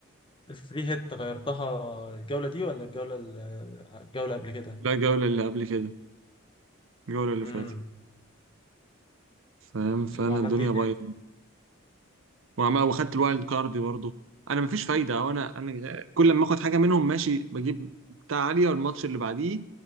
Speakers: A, on the left; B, on the right.
A: الفري هيت غيرتها الجولة دي ولا الجولة ال- الجولة قبل كده؟
B: لا الجولة اللي قبل كده الجولة اللي
A: امم
B: فاتت فاهم فانا
A: وعملت
B: الدنيا
A: ايه
B: بايظة وعمال واخدت الوايلد كارد برضه انا مفيش فايده او انا انا كل لما اخد حاجه منهم ماشي بجيب بتاع عاليه والماتش اللي بعديه